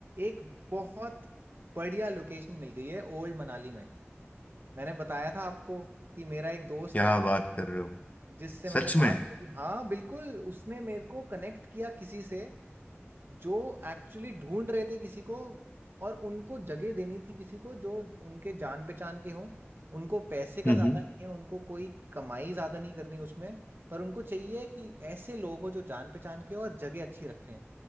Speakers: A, on the right; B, on the left.
A: एक बहुत बढ़िया लोकेशन मिल गई है ओल्ड मनाली में मैंने बताया था आपको कि मेरा एक दोस्त
B: क्या
A: है
B: बात कर रहे हो
A: जिससे मैंने
B: सच में
A: बात करी हाँ बिल्कुल उसने मेरे को कनेक्ट किया किसी से जो एक्चुअली ढूंढ रहे थे किसी को और उनको जगह देनी थी किसी को जो उनके जान पहचान के हो उनको पैसे का
B: हम्म
A: ज्यादा नहीं है उनको कोई कमाई ज्यादा नहीं करनी उसमें पर उनको चाहिए कि ऐसे लोग हो जो जान पहचान के हो और जगह अच्छी रखें